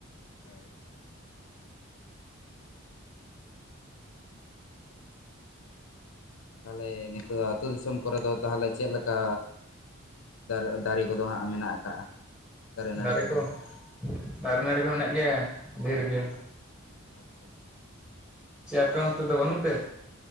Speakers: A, on the left; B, in the centre.
A: ᱦᱳᱭ <unintelligible> ᱛᱟᱦᱞᱮ ᱱᱤᱛᱚᱜ ᱟᱹᱛᱩ ᱫᱤᱥᱚᱢ ᱠᱚᱨᱮ ᱫᱚ ᱛᱟᱦᱞᱮ ᱪᱮᱫ ᱞᱮᱠᱟ ᱫᱟᱨᱮ, ᱫᱟᱨᱮ ᱠᱚᱫᱚ ᱦᱟᱸᱜ ᱢᱮᱱᱟᱜ ᱟᱠᱟᱜᱼᱟ ᱱᱟᱹᱲᱤ
B: ᱫᱟᱨᱮ
A: ᱠᱚᱫᱚ
B: ᱠᱚ ᱫᱟᱨᱮ ᱱᱟᱹᱲᱤ ᱠᱚ ᱢᱮᱱᱟᱜ ᱜᱮᱭᱟ ᱰᱷᱮᱨ ᱜᱮ
A: ᱟᱪᱪᱷᱟ ᱟᱪᱪᱷᱟ
B: ᱪᱮᱫ ᱟᱯᱮ ᱚᱱᱛᱮ ᱫᱚ ᱵᱟᱹᱱᱩᱜ ᱛᱮ